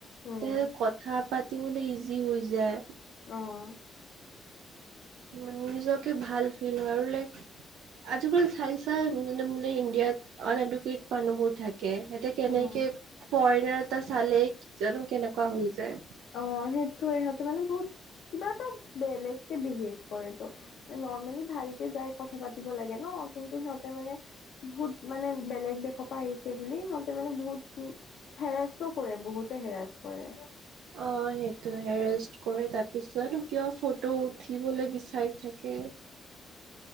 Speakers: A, on the left; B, on the right.
A: উম,
B: তে কথা পাতিবলৈ ইজি হৈ যায়।
A: আহ
B: উ নিজকে ভাল ফিল হয় আৰু লাইক আজিকাল চাই চাইনে মো ইণ্ডিয়াত আ এডুকেট মানুহ বোৰ থাকে সিহঁতে কেনেকে
A: উম।
B: ফৰেনাৰ এটা চালে জানো কেনেকুৱা হৈ যায়।
A: অ সেইটো ইহঁতে মানে বহুত কিবা এটা বেলেগ কে বিহেভ কৰে তো নৰ্মেলি ভালকে যাই কথা পাতিব লাগে ন। কিন্তু সিহঁতে মানে বহুত মানে বেলেগ দেশৰ পৰা আহিছে বুলি সিহঁতে মানে বহুত কি হেৰাচো কৰে বহুতে হেৰাচ কৰে।
B: অ সেইটো হেৰেষ্ট কৰে তাৰ পিছত কিয় ফটো উঠিবলে বিচাৰি থাকে।